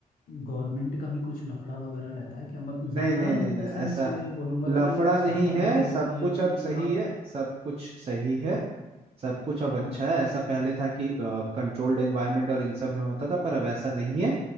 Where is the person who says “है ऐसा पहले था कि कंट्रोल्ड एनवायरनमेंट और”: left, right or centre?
Right